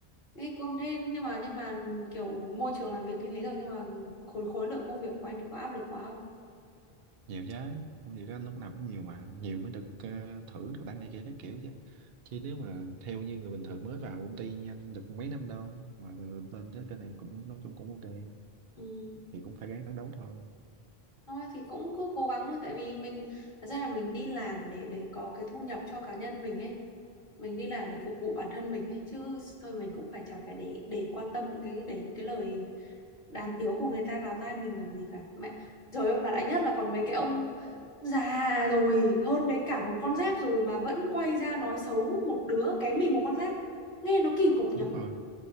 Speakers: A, on the left (about 55°); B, on the right (about 70°).
A: thế công thế nhưng mà nhưng mà kiểu môi trường làm việc như thế rồi nhưng mà khối khối lượng công việc của anh thì có áp lực quá không?
B: nhiều chứ không nhiều đó lúc nào cũng nhiều mà nhiều mới được ờ, thưởng được tăng này kia các kiểu chứ chứ nếu mà theo như người bình thường mới vào công ty nhanh được mấy năm đâu mà rồi lên tới cái này cũng nói chung cũng ok
A: ừ.
B: thì cũng phải ráng phấn đấu thôi
A: thôi thì cũng cứ cố gắng thôi tại vì mình thật ra là mình đi làm để để có cái thu nhập cho cá nhân mình ấy mình đi làm để phục vụ bản thân mình ấy chứ thôi mình cũng phải chả phải để để quan tâm những cái để những cái lời đàm tiếu của người ta vào tai mình làm gì cả mẹ trời ơi mà lại nhất là còn mấy cái ông già rồi hơn đến cả một con giáp rồi mà vẫn quay ra nói xấu một đứa kém mình một con giáp nghe nó kỳ cục
B: đúng
A: nhở
B: rồi